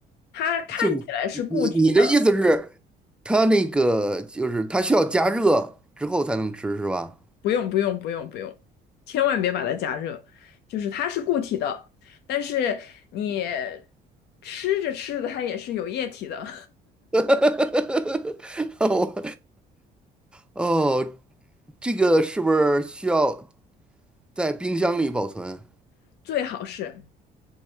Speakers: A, on the left (about 75°); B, in the centre.
A: 它看起来是固体的，
B: 就是你你的意思是，它那个就是它需要加热之后才能吃是吧？
A: 不用不用不用不用，千万别把它加热，就是它是固体的，但是你吃着吃着它也是有液体的，
B: <laughs> 我哦，这个是不是需要在冰箱里保存？
A: <laughs> 最好是